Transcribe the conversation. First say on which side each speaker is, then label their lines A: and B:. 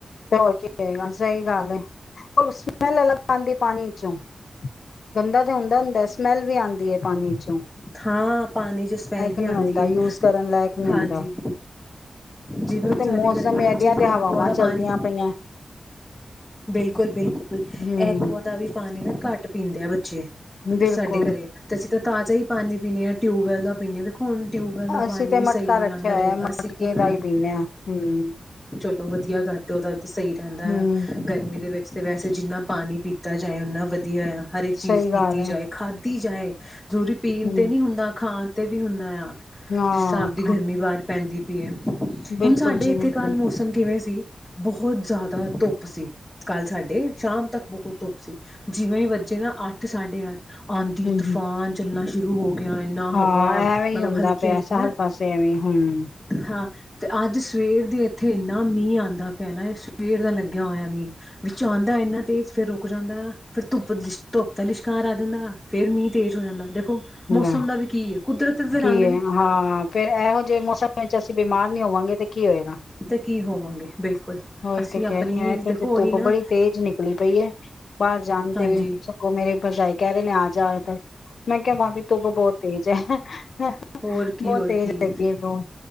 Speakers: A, on the left; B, in the centre.
A: ਤੇ ਹੋਰ ਕੀ ਹੋਏਗਾ, ਸਹੀ ਗੱਲ ਸਮੈਲ ਅਲੱਗ ਆਦੀ ਪਾਣੀ ਚੋਂ ਗੰਦਾ ਤੇ ਹੁੰਦਾ-ਹੁੰਦਾ, ਸਮੈਲ ਵੀ ਆਦੀ ਹੈ ਪਾਣੀ ਚ
B: ਥਾਂ ਪਾਣੀ ਚ ਸਮੈਲ ਵੀ
A: ਨਹੀਂ
B: ਆਦੀ
A: ਹੁੰਦਾ
B: ਹੈ,
A: ਯੂਜ ਕਰਨ ਲਾਇਕ ਨਹੀਂ
B: ਹਾਂਜੀ
A: ਹੁੰਦਾ
B: ਜਿਵੇਂ ਹੁਣ
A: ਤੇ
B: ਸਾਡੇ
A: ਮੌਸਮ
B: ਘਰੇ ਨਾਲ
A: ਐਡੀਆਂ
B: ਬੱਚੇ
A: ਤੇ
B: ਐਕੋ
A: ਹਵਾਵਾਂ ਚੱਲਦੀਆਂ
B: ਪਾਣੀ
A: ਪਈਆਂ
B: ਬਿਲਕੁਲ-ਬਿਲਕੁਲ,
A: ਹੂੰ
B: ਐਕੋਆ ਦਾ ਵੀ ਪਾਣੀ ਨਾ ਘੱਟ ਪੀਂਦੇ ਆ ਬੱਚੇ ਪੱਛੇ
A: ਬਿਲਕੁਲ
B: ਸਾਡੇ ਘਰੇ ਤੇ ਅਸੀਂ, ਤੇ ਤਾਜ਼ਾ ਹੀ ਪਾਣੀ ਪੀਣੇ ਆ ਟਿਊਬਵੈਲ ਦਾ ਪੀਣੇ ਹਾਂ। ਹੁਣ ਟਿਊਬਵੈਲ ਦਾ
A: ਅਸੀਂ
B: ਪਾਣੀ
A: ਤੇ
B: ਵੀ
A: ਮਟਕਾ
B: ਸਹੀ ਨੀ
A: ਰੱਖਿਆ
B: ਆਦਾ
A: ਹੋਇਆ
B: ਰਹੇਗਾ,
A: ਮਟਕੇ
B: ਅਸੀਂ ਕੀ ਕਰਾਂਗੇ
A: ਦਾ ਹੀ ਪੀਂਦੇ ਹਾਂ ਹਮ
B: ਚਲੋ ਵਧੀਆ ਕਰਦੇ ਉਹਦਾ ਸਹੀ ਰਹਿੰਦਾ
A: ਹਮ
B: ਆ ਗਰਮੀ ਦੇ ਵਿੱਚ ਤਾਂ ਵੈਸੇ ਜਿੰਨਾ ਪਾਣੀ ਪੀਤਾ ਜਾਏ ਉਨਾ ਵਧੀਆ ਆ। ਹਰ ਇੱਕ ਚੀਜ਼
A: ਸਹੀ
B: ਪੀਤੀ
A: ਗੱਲ ਹੈ
B: ਜਾਏ ਖਾਧੀ ਜਾਏ ਜਰੂਰੀ, ਪੀਣ
A: ਹਮ
B: ਤੇ ਨਹੀਂ ਹੁੰਦਾ ਖਾਣ ਵੀ ਹੁੰਦਾ ਆਂ।
A: ਹਾਂ
B: ਜਿਸ ਤਰਾ ਆਪ ਦੀ ਗਰਮੀ ਬਾਹਾਰ ਪੈਂਦੀ ਪਈ ਐ।
A: ਬਿਲਕੁਲ
B: ਹੁਣ ਸਾਡੇ
A: ਜੀ
B: ਇੱਥੇ
A: ਬਿਲਕੁਲ
B: ਕੱਲ੍ਹ ਮੌਸਮ ਕਿਵੇਂ ਸੀ। ਬਹੁਤ ਜ਼ਿਆਦਾ ਧੁੱਪ ਸੀ, ਕੱਲ੍ਹ ਸਾਡੇ ਸ਼ਾਮ ਤੱਕ ਬਹੁਤ ਧੁੱਪ ਸੀ, ਜਿਵੇਂ ਹੀ ਵੱਜੇ ਨਾ ਅੱਠ ਸਾਢੇ ਅੱਠ ਆਂਦੀ
A: ਹਮ
B: ਤੂਫਾਨ
A: ਹਮ
B: ਚੱਲਣਾ ਸ਼ੁਰੂ ਹੋ ਗਿਆ, ਇੰਨਾ
A: ਹਾਂ
B: ਹਵਾ ਮਤਲਬ
A: ਐਵੇਂ ਹੀ ਹੁੰਦਾ
B: ਹਲਕੀ-ਹਲਕੀ,
A: ਪਿਆ
B: ਨਾ
A: ਹਰ ਪਾਸੇ ਐਵੇਂ ਹਮ
B: ਹਾਂ। ਤੇ ਅੱਜ ਸਵੇਰ ਦੇ ਇੱਥੇ ਇੰਨਾ ਮੀਂਹ ਆਦਾ ਪਿਆ ਨਾ ਸਵੇਰ ਦਾ ਲੱਗਿਆ ਹੋਇਆ ਮੀਂਹ। ਵਿੱਚ ਆਦਾ ਇੰਨਾ ਤੇਜ਼ ਫੇਰ ਰੂਕ ਜਾਂਦਾ ਫ਼ਿਰ ਧੁੱਪ ਲਿਸ਼ਕ ਧੁੱਪ ਦਾ ਲਿਸ਼ਕਾਰ ਆ ਜਾਂਨਾ, ਫੇਰ ਮੀਂਹ ਤੇਜ਼ ਹੋ ਜਾਂਦਾ। ਦੇਖੋ
A: ਹੂੰ,
B: ਮੌਸਮ ਦਾ ਵੀ ਕੀ ਹੈ ਕੁਦਰਤ ਦੇ ਰੰਗ
A: ਕੀ
B: ਨੇ
A: ਹੈ ਹਾਂ ਫੇਰ ਇਹੋ ਜਿਹੇ ਮੌਸਮ ਵਿੱਚ ਅਸੀਂ ਬਿਮਾਰ ਨੀ ਹੋਵਾਂਗੇ ਤੇ ਕੀ ਹੋਏਗਾ।
B: ਤੇ ਕੀ ਹੋਵਾਂਗੇ। ਬਿਲਕੁਲ
A: ਔਹੀ
B: ਅਸੀਂ
A: ਤੇ
B: ਆਪਣੀ
A: ਕਹਿ ਰਹੀ ਆ, ਇਥੇ
B: ਦੇਖੋ
A: ਤੇ
B: ਉਹੀ
A: ਧੁੱਪ
B: ਨਾ
A: ਬੜੀ ਤੇਜ਼ ਨਿਕਲੀ ਪਈ ਏ, ਬਾਹਰ ਜਾਣ
B: ਹਾਂਜੀ
A: ਤੇ ਵੀ ਸਗੋਂ ਮੇਰੇ ਪਰਜਾਈ ਕਹਿ ਰਹੇ ਆ ਜਾਦਾ। ਮੈਂ ਕਿਹਾ ਵਾਰ ਧੁੱਪ ਬਹੁਤ ਤੇਜ ਹੈ। ਬਹੁਤ
B: ਹੋਰ ਕੀ ਹੋਰ
A: ਤੇਜ਼
B: ਕੀ
A: ਹੈਗੀ ਆ ਬੋਤ